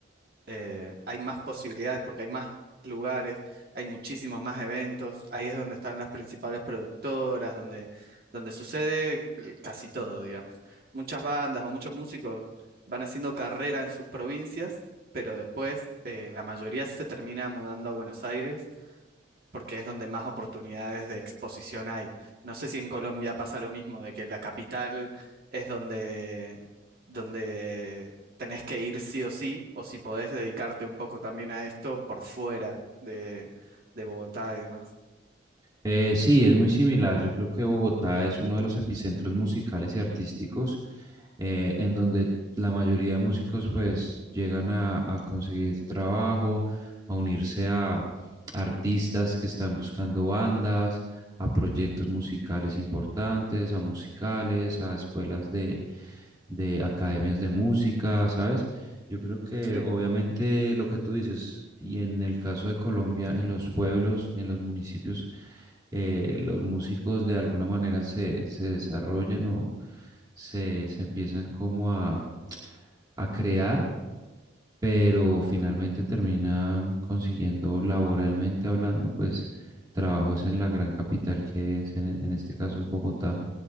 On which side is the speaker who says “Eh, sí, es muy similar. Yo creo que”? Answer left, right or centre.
Right